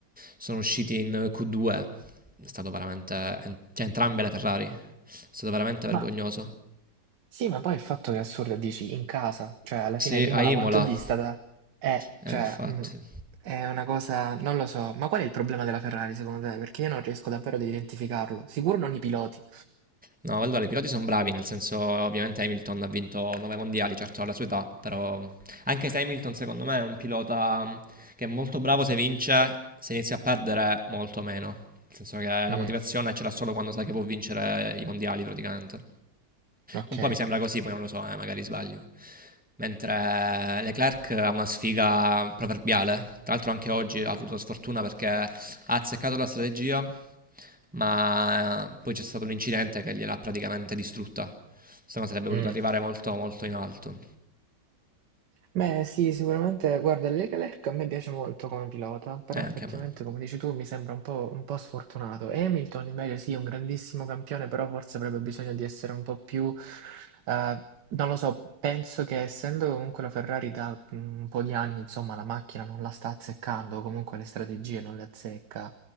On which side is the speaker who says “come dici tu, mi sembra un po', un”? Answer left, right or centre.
Right